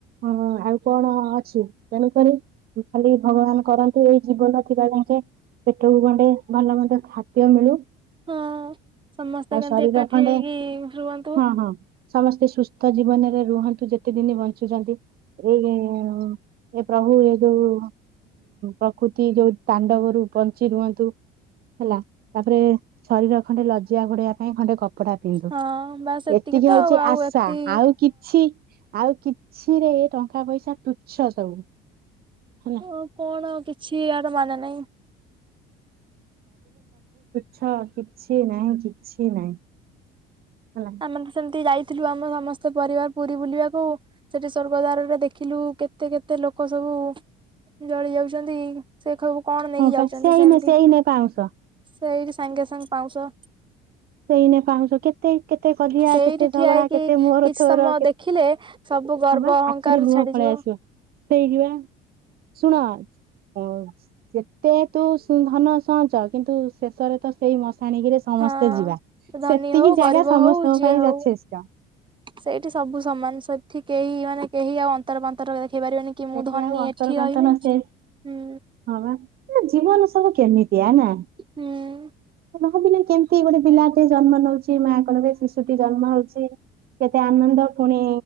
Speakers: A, on the right; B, on the right.
A: ହଁ ଆଉ କଣ ଅଛି ତେଣୁକରି ଖାଲି ଭଗବାନ କରନ୍ତୁ ଏଇ ଜୀବନ ଥିବା ଯାକେ ପେଟକୁ ଗଣ୍ଡେ ଭଲ ମଧ୍ୟ ଖାଦ୍ୟ ମିଳୁ
B: ହଁ ସମସ୍ତେ
A: ଆଉ
B: କେମିତି
A: ଶରୀର
B: ଏକାଠି
A: ସବୁ
B: ହେଇକି ରୁହନ୍ତୁ
A: ହଁ ହଁ ସମସ୍ତେ ସୁସ୍ଥ ରହୁନ୍ତୁ। ତ ଜୀବନରେ ରୁହନ୍ତୁ ଯେତେ ଦିନ ବଞ୍ଚୁଛନ୍ତି ଏଇ ଏ ପ୍ରଭୁ ଏ ଯୋଉ ପ୍ରକୃତି ଯୋଉ ତାଣ୍ଡବରୁ ବଞ୍ଚି ରୁହନ୍ତୁ ହେଲା ତାପରେ ଶରୀର ର ଲଜ୍ୟା ଘୋଡେଇବା ପାଇଁ ଖଣ୍ଡେ କପଡା କପଡା ପିନ୍ଧୁ
B: ହଁ ବାସ୍
A: ଏତିକି
B: ତ
A: ହଉଛି
B: ଆଉ ଆଉ
A: ଆଶା
B: ଏତି
A: ଆଉ କିଛି ଆଉ କିଛିରେ ଟଙ୍କା ପଇସା ତୁଛ ସବୁ ହେଲା
B: ଆଉ କଣ ଆଉ କିଛି ଏୟାର ମାନେ ନାହିଁ
A: ଛ କିଛି ନାହିଁ କିଛି ନାହିଁ ହେଲା।
B: ଆମେ ତ ସେମିତି ଯାଇ ଥିଲୁ ଆମ ସମସ୍ତେ ପରିବାର ପୁରୀ ବୁଲିବାକୁ ସ୍ୱର୍ଗଦ୍ୱାର ରେ ଦେଖିଲୁ କେତେ କେତେ ଲୋକ ସବୁ ଜଳି ଯାଉଛନ୍ତି ସେ ଖାଉ କଣ ନେଇକି
A: ହଁ
B: ଯାଉଛନ୍ତି
A: ପା ସେଇନେ
B: ସେମିତି
A: ସେଇନେ ପାଉଁଶ
B: ସେଇଠି ସାଙ୍ଗେ ସାଙ୍ଗେ ପାଉଁଶ
A: ସେଇନା ପାଉଁଶ କେତେ କଜିଆ
B: ସେଇଠି
A: କେତେ
B: ଠିଆ
A: ଝଗଡା
B: ହେଇକି
A: କେତେ ମୋର
B: କିଛି
A: ତୋର
B: ସମୟ ଦେଖିଲେ ସବୁ ଗର୍ବ
A: ହଁ ବା
B: ଅହଙ୍କାର
A: ଆଖିରେ ଲୁହ
B: ଛାଡିଯିବ
A: ପଳେଇ ଆସିବା ସେଇ ଯିବା ଶୁଣ ଓ ଯେତେ ତୁ ଧନ ସହଞ୍ଚ କିନ୍ତୁ ଶେଷରେ ତ ସେଇ ମସାଣି ସମସ୍ତେ
B: ହଁ
A: ଯିବା
B: ଧନୀ
A: ସେତିକି
B: ହଉ ଗରିବ
A: ଜାଗା ସମସ୍ତଙ୍କ
B: ହଉ ଯିଏ
A: ପାଇଁ
B: ହଉ
A: ଯଥେଷ୍ଟ
B: ସେଇଠି ସବୁ ସମାନ ସେଠି କେହି ମାନେ କେହି ଆଉ ଅନ୍ତର ପାନ୍ତର ଦେଖେଇ ପାରିବେନି କି ମୁଁ
A: ସେଠି
B: ଧନୀ
A: ଆଉ ଅନ୍ତର
B: ଏଠି ରହିବିନି
A: ପାନ୍ତନ ସେ
B: ହୁଁ
A: ହଁ ବା ସେ ଜୀବନ ସବୁ କେମିତିଆ ନା।
B: ହୁଁ
A: ଭାବିଲେ କେମିତି ଗୋଟେ ପିଲାଟିଏ ଜନ୍ମ ନଉଛି ମା କୋଳରେ ଶିଶୁଟି ଜନ୍ମ ହଉଛି। କେତେ ଆନନ୍ଦ ପୁଣି